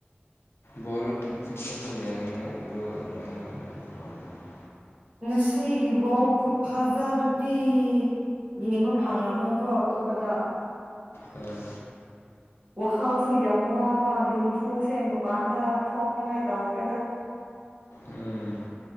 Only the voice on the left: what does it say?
ꯕꯣꯜ <unintelligible> ꯌꯦꯡꯉꯦ <unintelligible>
ꯎꯝ
ꯎꯝ